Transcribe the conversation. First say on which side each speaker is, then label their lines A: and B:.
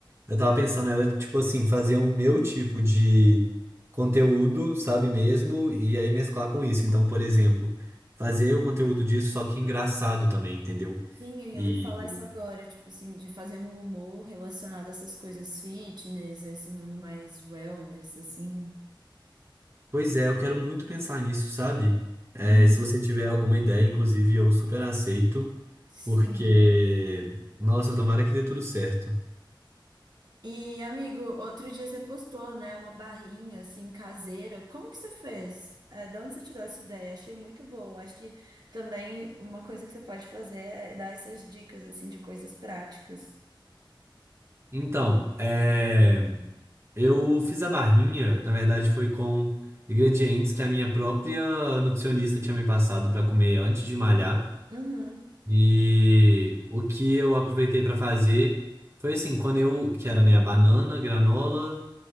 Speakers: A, on the right (about 30°); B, on the right (about 55°).
A: eu tava pensando era, tipo assim, fazer o meu tipo de conteúdo, sabe mesmo? E aí mesclar com isso. Então, por exemplo, fazer o conteúdo disso, só que engraçado também, entendeu?
B: Sim,
A: E,
B: eu ia falar isso agora, tipo assim, de fazer um humor relacionado a essas coisas fitness, a esse mundo mais wellness, assim.
A: pois é, eu quero muito pensar nisso, sabe? É,
B: Uhum,
A: se você tiver alguma ideia, inclusive, eu super aceito,
B: sim.
A: porque, nossa, tomara que dê tudo certo.
B: E, amigo, outro dia você postou, né, uma barrinha assim caseira. Como que você fez? É, de onde você tirou essa ideia? Achei muito boa. Acho que também uma coisa que você pode fazer é dar essas dicas assim de coisas práticas.
A: Então, é. Eu fiz a barrinha, na verdade foi com ingredientes que a minha própria nutricionista tinha me passado para comer antes de malhar.
B: Uhum.
A: E o que eu aproveitei para fazer foi assim, quando eu, que era, né, banana, granola,